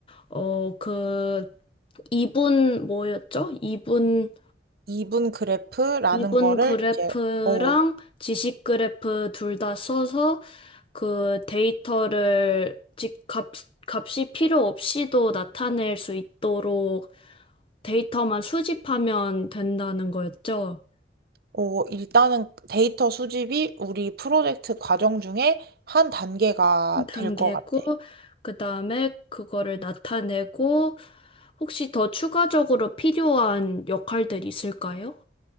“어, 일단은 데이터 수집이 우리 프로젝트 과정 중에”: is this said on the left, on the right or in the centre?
Right